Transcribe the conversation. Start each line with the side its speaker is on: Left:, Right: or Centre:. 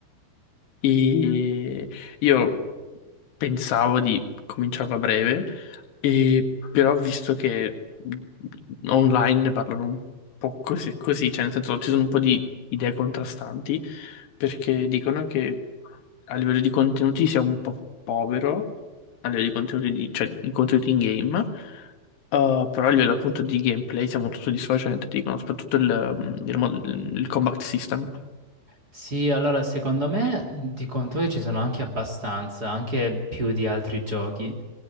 Left: E io pensavo di cominciarlo a breve, e però ho visto che online ne parlano un po' così, così, cioè nel senso ci sono un po' di idee contrastanti, perché dicono che a livello di contenuti sia un po' povero, a livello di contenuti, di- cioè di contenuti in game, Uh, però a livello appunto di gameplay sia molto soddisfacente, dicono, soprattutto il, um, il mod- il combat system.
Right: sì, allora secondo me di contenuti ci sono anche abbastanza, anche più di altri giochi.